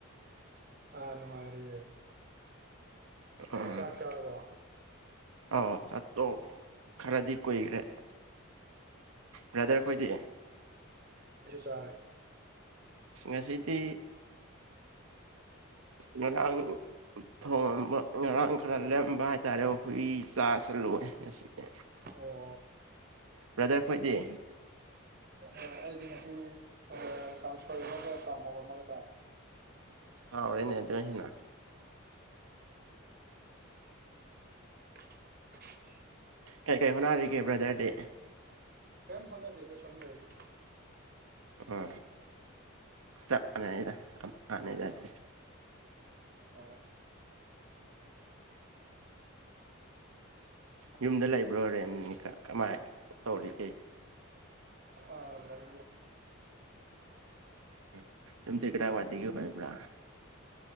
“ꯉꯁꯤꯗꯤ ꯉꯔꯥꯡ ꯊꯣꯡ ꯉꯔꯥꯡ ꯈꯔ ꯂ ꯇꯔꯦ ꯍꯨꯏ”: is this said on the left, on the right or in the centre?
Right